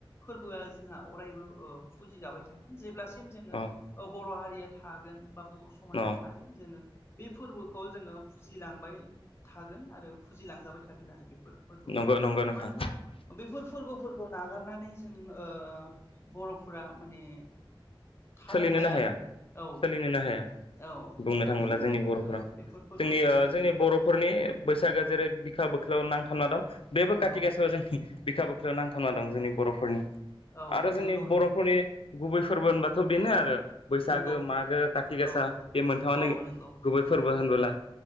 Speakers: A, on the left (about 25°); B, on the left (about 85°).
A: फोरबोआ जोंहा अरायबो ओ फुजिजाबाय थागोन जेब्ला सिम जोङो
B: अ
A: औ बर' हा रिया थागोन। बा बर' समाजा
B: न
A: थागोन जोङो बे फोरबोखौ जोङो फुजिलांबाय थागोन आरो फुजिलांजाबाय थागोन आरो बे फोर फोरबोफोरा।
B: नंगौ नंगौ नोंथां
A: मानोना बेफोर फोरबोफोर खौ नागारनानै जों ओ बर'फोरा माने थानो
B: सोलिनोनो हाया
A: आरो औ
B: सोलिनोनो हाया।
A: औ
B: बुंनो
A: माने
B: थाङोब्ला जोंनि
A: बे
B: बर'फोरा।
A: बेफोर फोरबोफोरखौ
B: जोंनि ओ
A: जोङो
B: जोंनि बर'फोरनि बैसागोआ
A: औ
B: जेरै बिखा बिख्लोआव नांथाबना दं। बेबो
A: नंगौ
B: खाथि गासायाव जोंनि बिखा बिख्लोआव नांथाब ना दं जोंनि बर'फोरनि।
A: औ
B: आरो जोंनि
A: नंगौ
B: बर'फोरनि
A: नंगौ
B: गुबै फोरबो होनबा थ' बेनो आरो बैसागो
A: नंगौ
B: मागो काति गासा
A: औ
B: बे मोनथामानो
A: औ नंगौ
B: गुबै फोरबो
A: औ
B: होनबोला